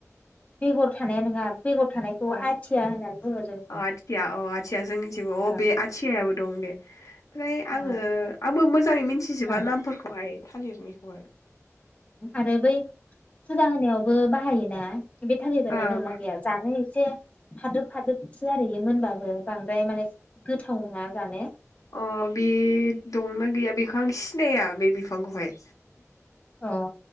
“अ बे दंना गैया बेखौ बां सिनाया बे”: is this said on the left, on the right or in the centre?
Left